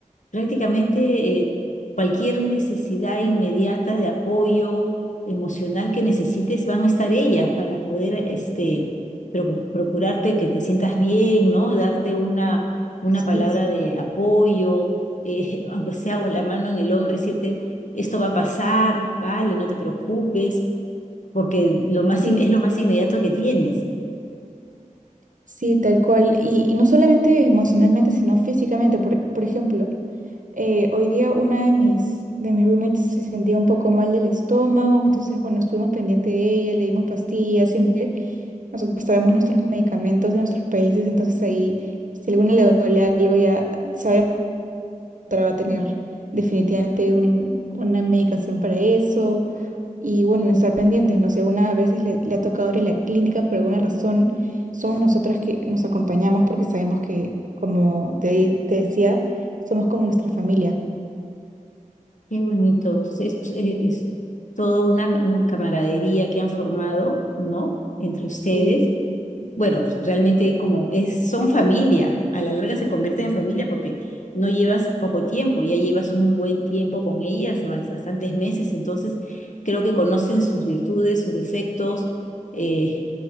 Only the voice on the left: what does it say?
prácticamente eh, cualquier necesidad inmediata de apoyo emocional que necesites van a estar ellas para poder este, procu- procurarte que te sientas bien, ¿no? Darte una, una
palabra de apoyo, eh, <laughs> aunque sea la mano en el hombro, decirte, esto va a pasar, vale, no te preocupes, porque lo más,
in- es lo más inmediato que tienes.
Qué bonito. Es, es- es toda una un- camaradería que han formado, ¿no? Entre ustedes
bueno, realmente es como, es, son familia, a la larga se convierten en familia porque no llevas poco tiempo, ya llevas un buen tiempo con ellas, bas- bastantes meses, entonces creo que conocen sus virtudes, sus defectos, eh,